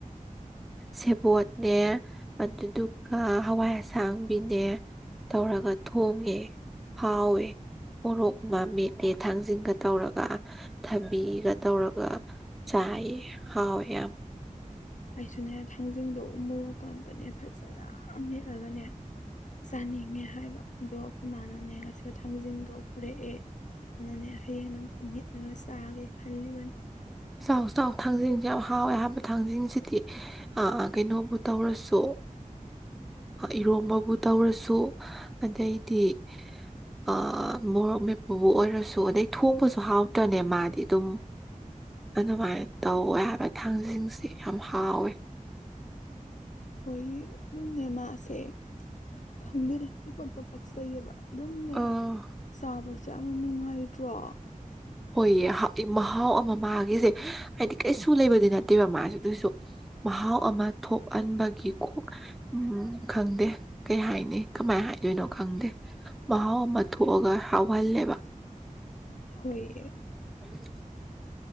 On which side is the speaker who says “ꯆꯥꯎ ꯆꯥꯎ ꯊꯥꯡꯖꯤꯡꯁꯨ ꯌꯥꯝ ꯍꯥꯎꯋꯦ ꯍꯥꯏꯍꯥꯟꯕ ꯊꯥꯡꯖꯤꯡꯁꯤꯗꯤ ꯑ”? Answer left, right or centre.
Centre